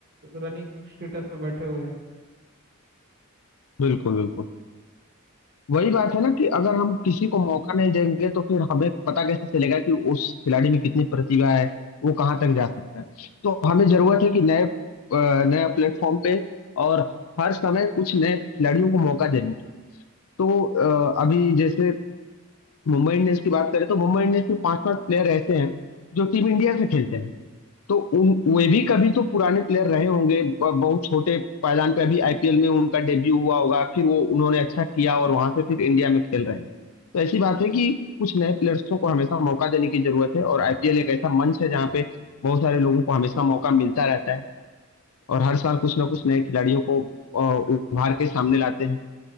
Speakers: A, on the right (about 50°); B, on the left (about 75°).
A: running status में बैठे हुए हैं
B: बिल्कुल बिल्कुल वही बात है ना कि अगर हम किसी को मौका नहीं देंगे तो फिर हमें पता कैसे चलेगा कि उस खिलाड़ी में कितनी प्रतिभा है वो कहाँ तक जा सकता है तो हमें जरूरत है कि नए अ, नया प्लेटफॉर्म पे और हर समय कुछ नए खिलाड़ियों को मौका देने की तो अ, अभी जैसे मुंबई इंडियंस की बात करें तो मुंबई इंडियंस में पांच पांच प्लेयर ऐसे हैं जो टीम इंडिया से खेलते हैं तो उन वे भी कभी तो पुराने प्लेयर रहे होंगे ब- बहुत छोटे पायदान पे अभी आईपीएल में उनका डेब्यू हुआ होगा फिर वो उन्होंने अच्छा किया और वहां से फिर इंडिया में खेल रहे हैं तो ऐसी बात है कि कुछ नए प्लेयर्सों को हमेशा मौका देने की जरूरत है और आईपीएल एक ऐसा मंच है जहाँ पे बहुत सारे लोगों को हमेशा मौका मिलता रहता है और हर साल कुछ ना कुछ नए खिलाड़ियों को अ, उभार के सामने लाते